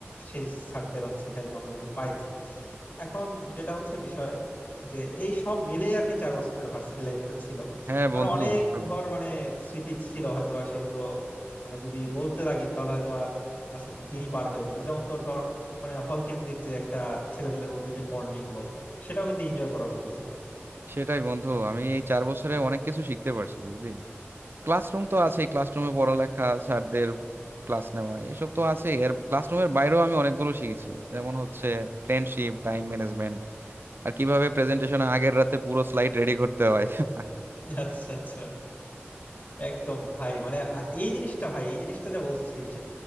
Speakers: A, on the left (about 50°); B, on the right (about 55°).
A: সেই স্যারদের হচ্ছে হেল্প আমরা কিন্তু পাইছি এখন যেটা হচ্ছে বিষয় যে এই সব মিলেই আর কি চার বছরের ভার্সিটি লাইফটা ছিল
B: হ্যাঁ
A: আর
B: বন্ধু
A: অনেক
B: আসলে
A: ধর মানে স্মৃতি ছিল হয়তো আর সেগুলো মানে যদি বলতে লাগি তাহলে হয়তো আ- আজকের দিনই পার হয়ে যাবে যেমন তোর ধর মানে হল কেন্দ্রিক যে একটা ছেলেবেলের মধ্যে যে বন্ডিং বল সেটাও কিন্তু এনজয় করার মতো ছিল
B: সেটাই বন্ধু আমি এই চার বছরে অনেক কিছু শিখতে পারছি বুঝলি ক্লাসরুম তো আছেই ক্লাসরুমে পড়ালেখা স্যারদের ক্লাস নেওয়া এসব তো আছে এর ক্লাসরুমের বাইরেও আমি অনেকগুলো শিখেছি যেমন হচ্ছে ফ্রেন্ডশিপ টাইম ম্যানেজমেন্ট আর কিভাবে প্রেজেন্টেশনের আগের রাতে পুরো স্লাইড রেডি করতে হয় <laughs>
A: আচ্ছা আচ্ছা একদম ভাই মানে আ- এই জিনিসটা ভাই এই জিনিসটা যা বলছিস